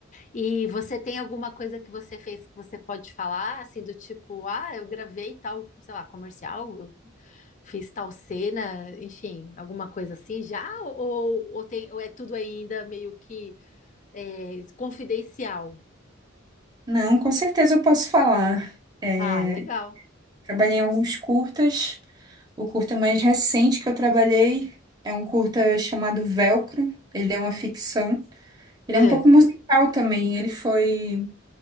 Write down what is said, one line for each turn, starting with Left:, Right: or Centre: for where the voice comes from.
Left: E você tem alguma coisa que você fez que você pode falar, assim, do tipo, ah, eu gravei tal, sei lá, comercial, eu fiz tal cena, enfim, alguma coisa assim já? Ou, ou, tem, ou é tudo ainda meio que é, confidencial?
Right: Não, com certeza eu posso falar. É,
Left: Ah, legal.
Right: trabalhei em alguns curtas. O curta mais recente que eu trabalhei é um curta chamado Velcro. Ele é uma ficção. Ele
Left: É.
Right: é um pouco musical também. Ele foi,